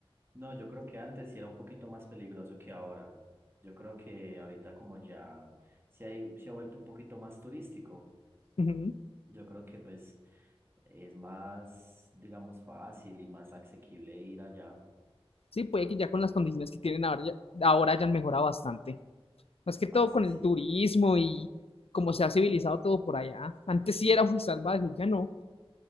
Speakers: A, on the right; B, on the left.
A: No, yo creo que antes sí era un poquito más peligroso que ahora. Yo creo que ahorita como ya se ha, i- se ha vuelto un poquito más turístico,
B: Ujú.
A: yo creo que pues es más, digamos, fácil y más asequible ir allá.
B: Sí, puede que ya con las condiciones que tienen ahora, ya, ahora hayan mejorado bastante. Más que todo
A: Parce,
B: con
A: sí.
B: el turismo y cómo se ha civilizado todo por allá. Antes sí era muy salvaje, ya no.